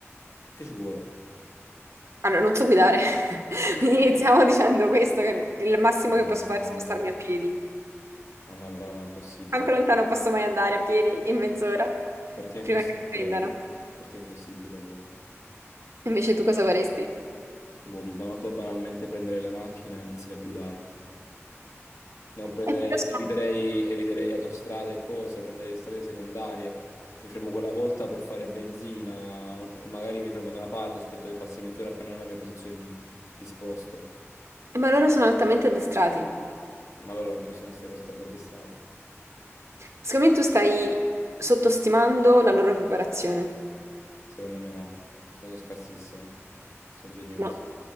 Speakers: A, on the left; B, on the right.
A: Che ci vuole?
B: Allora, non so guidare, <laughs> quindi iniziamo dicendo questo, che il massimo
A: No,
B: che posso
A: no,
B: fare
A: no,
B: è spostarmi
A: no.
B: a piedi.
A: Ah, no, allora è impossibile.
B: Quanto lontano posso mai andare a piedi in mezz'ora?
A: Per te è
B: Prima
A: impossibile
B: che mi prendano.
A: allora. Per te è impossibile allora.
B: Invece tu cosa faresti?
A: Boh, ma tu banalmente prendere la macchina e iniziare a guidare. Non prenderei,
B: Eh, però sono-
A: eviterei, eviterei autostrade e cose, prenderei strade secondarie. Mi fermo quella volta per fare benzina, magari mi fermo da una parte, aspetto che passi mezz'ora appena nella mia posizione mi, mi sposto.
B: Ma loro sono altamente addestrati.
A: Eh, Ma loro non possono essere così tanto addestrati.
B: Secondo me tu stai sottostimando la loro preparazione.
A: Secondo me no, sono scarsissimi. Sono dei noobs.
B: No.